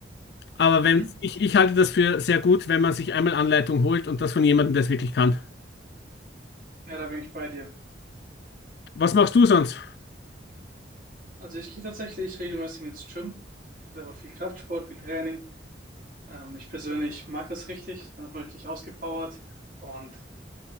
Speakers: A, on the left (about 55°); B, on the right (about 50°).
A: Aber
B: mhm.
A: wenn ich, ich halte das für sehr gut, wenn man sich einmal Anleitung holt und das von jemandem, der es wirklich kann.
B: Ja, da bin ich bei dir.
A: Was machst du sonst
B: Also ich gehe tatsächlich regelmäßig ins Gym. Selber viel Kraftsport, viel Training. Ähm, ich persönlich mag das richtig, dann ist man richtig ausgepowert und